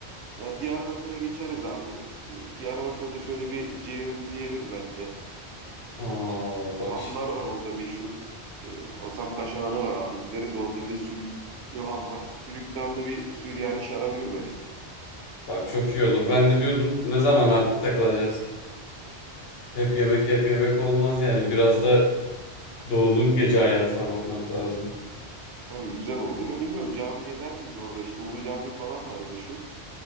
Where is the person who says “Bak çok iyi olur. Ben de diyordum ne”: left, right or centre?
Left